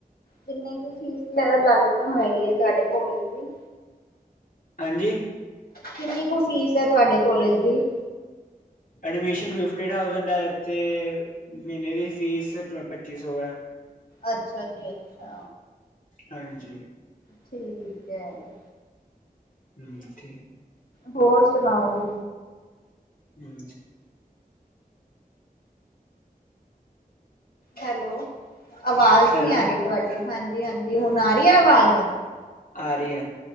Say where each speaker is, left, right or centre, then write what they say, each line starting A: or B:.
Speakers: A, on the left; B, on the left.
A: ਕਿੰਨੀ ਕੁ ਫੀਸ ਲੱ ਲੱਗ ਹੈਗੀ ਏ ਤੁਹਾਡੇ ਕੋਲੇਜ ਦੀ?
B: ਹਾਂਜੀ।
A: ਕਿੰਨੀ ਕੁ ਫੀਸ ਹੈ ਤੁਹਾਡੇ ਕੋਲੇਜ ਦੀ?
B: ਐਡਮਿਸ਼ਨ ਫਿਫਟੀ ਥਾਉਸੰਡ ਹੈ ਤੇ, ਮਹੀਨੇ ਦੀ ਫੀਸ ਟਵ ਪੱਚੀ ਸੌ ਹੈ।
A: ਅੱਛਾ ਜੀ ਅੱਛਾ।
B: ਹਾਂਜੀ।
A: ਠੀਕ ਹੈ।
B: ਹੂੰ, ਠੀਕ-
A: ਹੋਰ ਸੁਣਾਓ ਵੀ?
B: ਹੂੰ।
A: ਹੈਲੋ, ਅਵਾਜ਼
B: ਹੈਲੋ
A: ਨੀ ਆ ਰਹੀ ਤੁਹਾਡੀ, ਹਾਂਜੀ ਹਾਂਜੀ। ਹੁਣ ਆ ਰਹੀ ਐ ਅਵਾਜ਼?
B: ਆਰੀ ਐ।